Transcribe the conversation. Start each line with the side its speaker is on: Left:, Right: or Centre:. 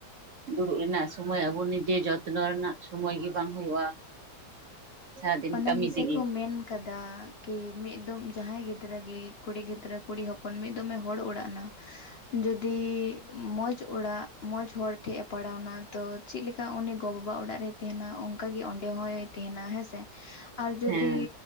Right: ᱫᱩᱲᱩᱵ ᱨᱮᱱᱟᱜ ᱥᱚᱢᱚᱭ ᱟᱵᱚ ᱱᱤᱡᱮ ᱡᱚᱛᱱᱚ ᱨᱮᱱᱟᱜ ᱥᱚᱢᱚᱭ ᱜᱮ ᱵᱟᱝ ᱦᱩᱭᱩᱜᱼᱟ ᱥᱟᱨᱟᱫᱤᱱ
Left: ᱚᱱᱟ
Right: ᱠᱟᱹᱢᱤ
Left: ᱜᱮᱥᱮ
Right: ᱛᱮᱜᱮ
Left: ᱠᱚ ᱢᱮᱱ ᱠᱟᱫᱟ ᱠᱤ ᱢᱤᱫ ᱫᱚᱢ ᱡᱟᱦᱟᱸᱭ ᱜᱤᱫᱽᱨᱟᱹ ᱜᱮ ᱠᱩᱲᱤ ᱜᱤᱫᱽᱨᱟᱹ ᱠᱩᱲᱤ ᱦᱚᱯᱚᱱ ᱢᱤᱫ ᱫᱚᱢᱮ ᱦᱚᱲ ᱚᱲᱟᱜ ᱱᱟ ᱡᱩᱫᱤ ᱢᱚᱡᱽ ᱚᱲᱟᱜ ᱢᱚᱡᱽ ᱦᱚᱲ ᱴᱷᱮᱡ ᱮ ᱯᱟᱲᱟᱣ ᱮᱱᱟ ᱛᱚ ᱪᱮᱫ ᱞᱮᱠᱟ ᱩᱱᱤ ᱜᱚ ᱵᱟᱵᱟ ᱚᱲᱟᱜ ᱨᱮᱭ ᱛᱟᱦᱮᱱᱟ ᱚᱱᱠᱟᱜ ᱜᱮ ᱚᱸᱰᱮ ᱦᱚᱭ ᱛᱟᱦᱮᱱᱟ ᱦᱮᱸ ᱥᱮ ᱟᱨ ᱡᱩᱫᱤ
Right: ᱦᱮᱸ